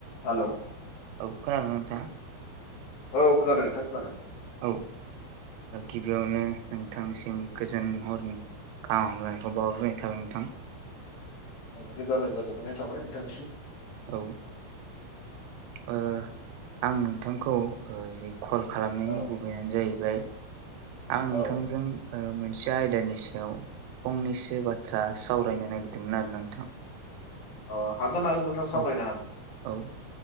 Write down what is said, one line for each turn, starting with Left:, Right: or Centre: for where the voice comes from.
Left: हेलौ
Right: औ खोनादोंना नोंथाङा?
Left: औ खोनादों नोंथां खोनादों
Right: औ गिबियावनो नोंथांनिसिम गोजोन हरनि गाहाम हामलनायखौ बावहरग्रोनाय थाबाय नोंथां
Left: रोजा रोजा गोजोननाय थाबाय नोंथांसिम
Right: औ ओ आं नोंथांखौ ओ जि कल खालामनायनि
Left: औ
Right: गुबैयानो जाहैबाय आं नोंथांजों
Left: औ
Right: ओ मोनसे आयदानि सायाव फंनैसो बाथ्रा सावरायनो नागिरदोंमोन आरो नोंथां
Left: अ हागोन हागोन नोंथां सावरायनो
Right: औ
Left: हागोन
Right: औ